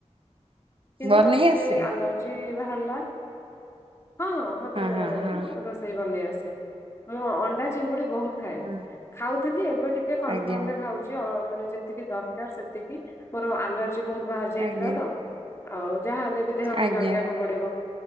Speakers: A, on the left; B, on the right.
A: କିନ୍ତୁ
B: ବନେଇ
A: ଟିକେ
B: ଆସେ
A: ଆଲର୍ଜି ବାହାରିଲା। ହଁ ହଁ ମତେ
B: ହଁ ହଁ
A: ରୋଷେଇ ବନେଇ ଆସେ ମୁଁ ଅଣ୍ଡା ଚିଙ୍ଗୁଡି ବହୁତ ଖାଏ
B: ହଁ
A: ଖାଉଥିଲି ଏବେ ଟିକେ କଣ୍ଟ୍ରୋଲ
B: ଆଜ୍ଞା
A: ରେ ଖାଉଛି। ମାନେ ଯେତିକି ଦରକାର ସେତିକି ମୋର ଆଲର୍ଜି ବହୁତ ବାହାରି ଯାଇଥିଲା
B: ଆଜ୍ଞା
A: ତ ଆଉ ଯାହାହଲେ ବି ଦେହକୁ
B: ଆଜ୍ଞା
A: ଜଗେଇିବାକୁ ପଡିବ।